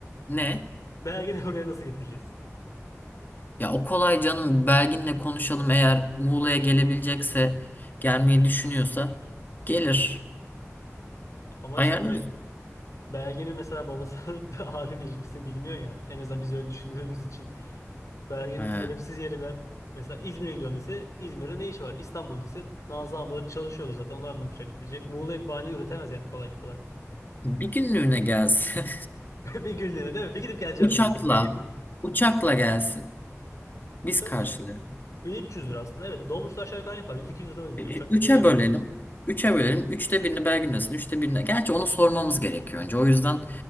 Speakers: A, on the left; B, on the left.
A: ne?
B: Belgin'i <laughs> oraya nasıl getireceğiz?
A: Ya o kolay canım Belgin'le konuşalım eğer Muğla'ya gelebilecekse gelmeyi düşünüyorsa gelir.
B: Ama
A: Ayarlarız.
B: şimdi belgenin mesela babası <laughs> abimle ilişkisini bilmiyor ya. En azından biz öyle düşündüğümüz için. belgenin
A: He.
B: sebepsiz yeri ve mesela İzmir'e gidiyorum dese İzmir'de ne işi var? İstanbul dese Nazlı ablaları çalışıyordur zaten onlar ne yapacak diyecek. Muğla'ya bir bahane üretemez yani kolay kolay.
A: Bir günlüğüne gelsin.
B: <laughs> Bir günlüğüne değil mi? Bir gidip
A: <laughs>
B: geleceğim
A: Uçakla
B: diyecek. böyle, Bir günlüğüne.
A: uçakla gelsin.
B: Uçakta
A: Biz karşılayalım.
B: 1300 lira aslında evet. Dolmuşlar aşağı yukarı yapar. 100-200 lira oynuyor.
A: E, e,
B: Uçakta
A: Üçe
B: gelebilir.
A: bölelim. Üçe bölelim. Üçte birini Belgin'desin. Üçte birine. Gerçi onu sormamız gerekiyor önce. O yüzden